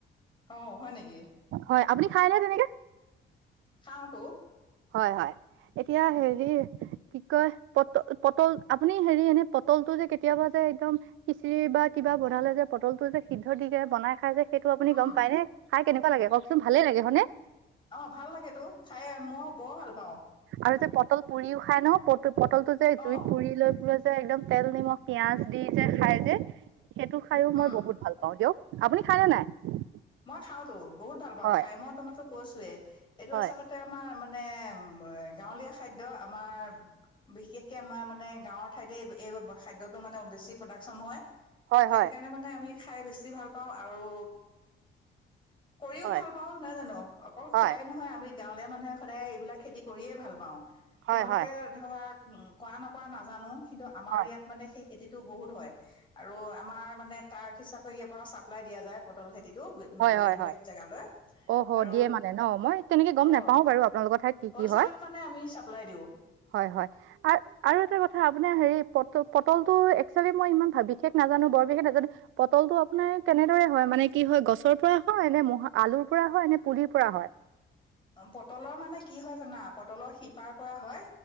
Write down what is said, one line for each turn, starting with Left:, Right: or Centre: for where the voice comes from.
Left: অ', হয় নেকি?
Right: হয় আপুনি খায়নে তেনেকে?
Left: খাওঁতো।
Right: হয়-হয়, এতিয়া হেৰি কি কয় পট-পটল আপুনি হেৰি এনে পটলটো যে কেতিয়াবা যে একদম খিচিৰি বা কিবা বনালে যে পটল টো যে সিদ্ধ দি বনাই খাই যে সেইটো আপুনি
Left: উম
Right: গম পাই নে, খাই কেনেকুৱা লাগে কওকচোন ভালে লাগে হয়নে?
Left: অ', ভাল লাগেত তো খাই মই বৰ ভাল পাওঁ।
Right: আৰু যে পটল পুৰিউ খাই ন, প-পটল টো যে জুইত
Left: অ
Right: পুৰি লৈ প যে একদম তেল নিমখ পিয়াজ দি যে খাই যে সেইটো খাইয়ো মই
Left: উম
Right: বহুত ভাল পাওঁ দিয়ক। আপুনি খাইনে নাই?
Left: মই খাওতো বহুত ভাল পাওঁ
Right: হয়
Left: খাই। মই তোমাতো কৈছোয়ে এইটো
Right: হয়
Left: আচলতে আমাৰ মানে গাঁৱলীয়া খাদ্য আমাৰ বিশেষকে আমাৰ মানে গাঁৱৰ ঠাইতে এই খাদ্যটো মানে বেছি প্ৰডাকশচন হয়।
Right: হয়
Left: সেইটো
Right: হয়
Left: কাৰণে মানে আমি খাই বেছি ভাল পাওঁ আৰু কৰিও
Right: হয়
Left: ভাল পাও নহয় জানো? অকল খোৱাই
Right: হয়
Left: নহয় আমি গাঁৱলীয়া মানুহে সদায় এইবিলাক খেতি কৰিয়ে ভাল পাওঁ।
Right: হয়
Left: তোমালোকে
Right: হয় হয়
Left: ধৰা উম, কৰা নকৰা নাজানো কিন্তু আমাৰ
Right: হয়
Left: ইয়াত মানে সেইষ খেতিটো বহুত হয় আৰু আমাৰ মানে তাৰ্ক হিচাপে ইয়াৰ পৰা চাপ্লাই দিয়া যায় পটল খেতিত টো উম,
Right: হয়
Left: বেলেগ-বেলেগ
Right: হয় হয়
Left: জেগালৈ।
Right: অ-হ',
Left: আৰু
Right: দিয়ে মানে ন? মই তেনেকে গম
Left: অ'
Right: নোপাও বাৰু আপোনালোকৰ ঠাইত কি-কি
Left: হ'লচেলত
Right: হয়।
Left: মানে আমি চাপ্লাই দিওঁ
Right: হয়-হয়, আৰ-আৰু এটা কথা আপোনাৰ হেৰি পট-পটল টো একচুৱেলি মই ইমান বিশেষ নাজানো বৰ বিশেষ নাজানো পটলটো আপোনাৰ কেনেদৰে হয় মানে কি হয় গছৰ পৰা হয় নে ম আলুৰ পৰা হয় নে পুলিৰ পৰা হয়?
Left: পটলৰ মানে কি হয় জানা পটলৰ শিপাৰ পৰা হয়।